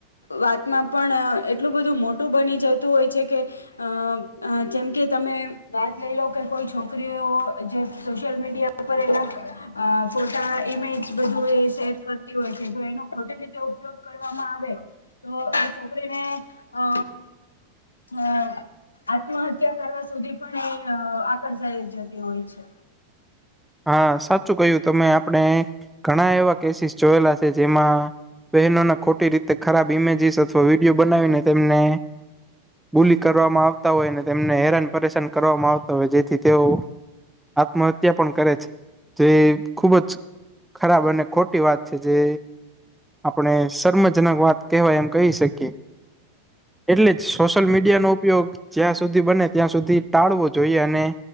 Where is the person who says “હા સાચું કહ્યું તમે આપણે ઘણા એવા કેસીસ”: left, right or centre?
Centre